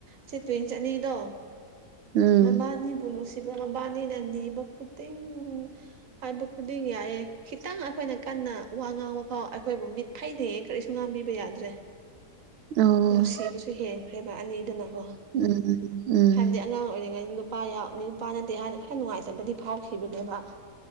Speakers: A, on the right (about 60°); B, on the right (about 75°).
A: ꯁ ꯇꯨꯋꯦꯟ ꯆꯅꯤꯗꯣ
B: ꯎꯝ
A: ꯃꯕꯥꯅꯤ ꯕꯨ ꯅꯨꯡꯁꯤꯕꯥ ꯃꯕꯥꯅꯤ ꯅ ꯅꯤꯕ꯭ꯕꯥ ꯈꯨꯗꯤꯡ ꯍꯥꯌꯕꯥ ꯈꯨꯗꯤꯡ ꯌꯥꯏꯌꯦ ꯈꯤꯇꯪ ꯑꯩꯈꯣꯏꯅ ꯀꯟꯅ ꯋꯥ ꯉꯥꯡꯕ ꯐꯥꯎ ꯑꯩꯈꯣꯏꯕꯨ ꯃꯤꯠ ꯐꯩꯅꯌꯦꯅ ꯀꯔꯤꯁꯨ ꯉꯥꯡꯕꯤꯕ ꯌꯥꯗ꯭ꯔꯦ
B: ꯑꯣ
A: ꯅꯨꯡꯁꯤꯕꯁꯨ ꯍꯦꯟꯈ꯭ꯔꯦꯕ ꯑꯅꯤꯗꯨꯅꯀꯣ
B: ꯎꯝ ꯎꯝ
A: ꯍꯥꯏꯕꯗꯤ ꯑꯉꯥꯡ ꯑꯣꯏꯔꯤꯉꯩꯗ ꯅꯨꯄꯥ ꯌꯥꯎ ꯅꯨꯄꯥ ꯅꯠꯇꯦ ꯍꯥꯟꯅ ꯈꯔ ꯅꯨꯡꯉꯥꯏꯖꯕꯗꯤ ꯐꯥꯎꯈꯤꯕꯅꯦꯕ